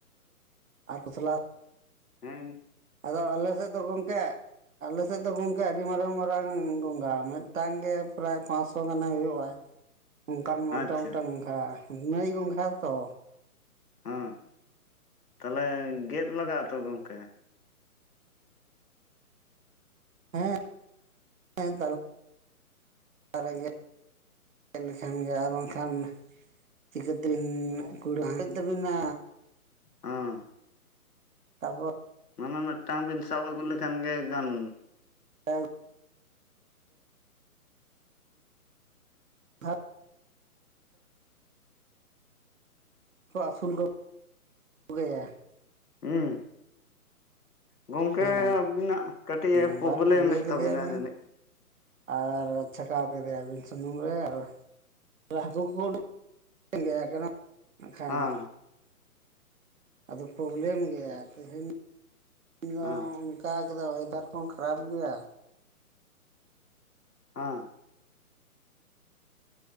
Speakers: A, on the right; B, on the left.
A: ᱟᱨ ᱠᱷᱚᱥᱞᱟ
B: ᱦᱮᱸᱧ
A: ᱟᱫᱚ ᱟᱞᱮ ᱥᱮᱫ ᱫᱚ ᱜᱚᱝᱠᱮ, ᱟᱞᱮ ᱥᱮᱫ ᱫᱚ ᱜᱚᱝᱠᱮ ᱟᱹᱰᱤ ᱢᱟᱨᱟᱝ ᱢᱟᱨᱟᱝ ᱜᱚᱸᱜᱷᱟ ᱢᱤᱫᱴᱟᱝ ᱜᱮ ᱯᱨᱟᱭ ᱯᱟᱸᱥᱥᱚ ᱜᱟᱱᱮ ᱦᱩᱭᱩᱜ-ᱟ᱾
B: <inaudible>
A: ᱚᱝᱠᱟᱱ ᱢᱚᱴᱟ
B: ᱟᱪᱪᱷᱟ
A: ᱢᱚᱴᱟ ᱜᱚᱸᱜᱷᱟ, ᱱᱟᱹᱭ ᱜᱚᱸᱜᱷᱟ ᱛᱚ᱾
B: ᱦᱮᱸ ᱛᱟᱞᱦᱮ ᱜᱮᱫ ᱞᱟᱜᱟᱜ-ᱟ ᱛᱚ ᱜᱚᱝᱠᱮ?
A: ᱦᱮᱸ <unintelligible> ᱜᱮᱫ ᱞᱮᱠᱷᱟᱱ ᱜᱮ ᱟᱨ ᱵᱟᱝᱠᱷᱟᱱ, ᱪᱤᱠᱟᱹᱛᱮᱵᱤᱱ ᱠᱩᱲᱟᱹ ᱦᱩᱭᱩᱜ ᱛᱟᱹᱵᱤᱱᱟ?
B: ᱦᱚᱸ,
A: ᱛᱟᱯᱚᱨ
B: ᱢᱟᱱᱮ ᱢᱤᱫᱴᱟᱝ ᱵᱤᱱ ᱥᱟᱵ ᱟᱹᱜᱩ ᱞᱮᱠᱷᱟᱱ ᱜᱮ ᱜᱟᱱ
A: <unintelligible> <unintelligible> ᱞᱮ ᱟᱹᱥᱩᱞ ᱠᱚ ᱠᱚᱜᱮᱭᱟ᱾
B: ᱩᱸ᱾ ᱜᱚᱝᱠᱮ
A: ᱦᱮᱸ
B: ᱟᱵᱤᱱᱟᱜ ᱠᱟᱹᱴᱤᱡᱼᱮ
A: ᱟᱵᱟᱨ
B: ᱯᱨᱚᱵᱞᱮᱢ
A: ᱯᱷᱩᱞᱭᱟᱹ
B: ᱮᱫ
A: ᱠᱮᱫᱮᱭᱟᱵᱤᱱ
B: ᱛᱟᱵᱤᱱᱟ ᱡᱟᱹᱱᱤᱡ?
A: ᱟᱨ ᱪᱷᱟᱠᱟᱣ ᱠᱮᱫᱮᱭᱟ ᱟᱹᱵᱤᱱ ᱥᱩᱢᱩᱝ ᱨᱮ ᱟᱨ ᱦᱟᱹᱠᱩ ᱠᱚᱠᱩ ᱩᱰᱩᱠ ᱫᱮᱭᱟᱭ ᱠᱟᱱᱟ᱾ ᱮᱱᱠᱷᱟᱱ
B: ᱦᱮᱸ
A: ᱟᱫᱚ ᱯᱨᱚᱵᱞᱮᱢ ᱜᱮᱭᱟ, ᱛᱮᱦᱮᱧ ᱤᱧᱫᱚ
B: ᱦᱮᱸ
A: ᱚᱱᱠᱟ ᱠᱚᱫᱚ ᱚᱭᱮᱫᱟᱨ ᱠᱚᱸᱦᱚᱸ ᱠᱷᱟᱨᱟᱯ ᱜᱮᱭᱟ᱾
B: ᱦᱮᱸ